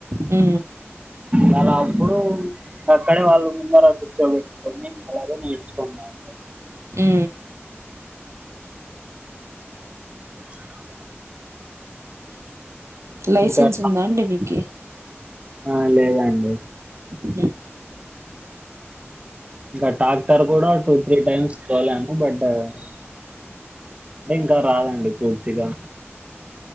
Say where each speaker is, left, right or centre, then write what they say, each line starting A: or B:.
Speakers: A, on the right; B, on the right.
A: ఊ
B: మలా అప్పుడు అక్కడే వాళ్ళు ముందర కూర్చోబెట్టుకొని అలాగే నేర్చుకున్నారు
A: ఊ
B: <inaudible>
A: లైసెన్స్
B: ఇంకా
A: ఉందా అండి మీకి
B: ఆ లేదండి
A: య
B: ఇంకా టాక్టర్ కూడా టూ త్రీ టైమ్స్ తోలాను బట్ అంటే ఇంకా రాదండి పూర్తిగా